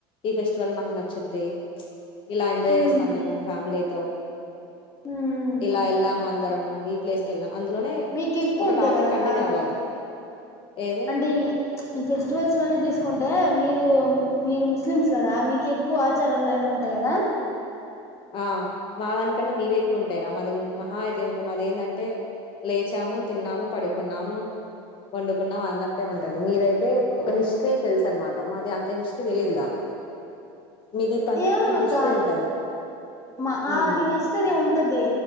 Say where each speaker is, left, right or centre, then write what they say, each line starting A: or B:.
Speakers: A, on the left (about 45°); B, on the left (about 25°).
A: ఈ ఫెస్టివల్ నాకు నచ్చొద్ది. చ్ ఇలా ఎంజాయ్
B: ఉమ్
A: చేస్తాం. మేము ఫ్యామిలీ తో
B: ఉమ్
A: ఇలా ఎలా మందరమొ ఈ ప్లేస్కి ఎలా అందులోనే
B: మీకు
A: చ్
B: ఎక్కువ
A: ఒక
B: ఉంటాయి
A: టాపిక్
B: కదక్క
A: కంటిన్యూ అవ్వాలి. ఏది
B: అంటే చ్ ఈ ఫెస్టివల్స్ లోనే తీసుకు కుంటే మీరు మీరు ముస్లిమ్స్ కదా, మీకు ఎక్కువ ఆచారాలున్న ఉంటాయి కదా.
A: ఆ మా దానికన్నా మీవే ఎక్కువ ఉంటాయిరా, మాది మహా అయితే ఏంటా మాది ఏంటంటే లేచాము, తిన్నాము పడి కున్నాము, వండుకున్నాము అన్నటె ఉంటది. మీదయితే ఒక హిస్టరీ తెలుసు అనమాట మాది అంత హిస్టరీ తెలిదుగా. మీది పండగకి
B: ఏమోనక్క
A: హిస్టరీ ఉంటది.
B: మా
A: హ్మ్.
B: ఆ అది హిస్టరీ ఉంటది